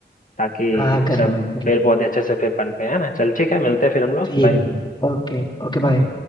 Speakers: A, on the left; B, on the left.
A: ताकि
B: हाँ कर
A: सब
B: लो भाई कर
A: पेड़
B: लो
A: पौधे अच्छे से फिर पनपे है ना चल ठीक है मिलते हैं फिर हम लोग
B: ठीक
A: बाय
B: है ठीक है Okay okay bye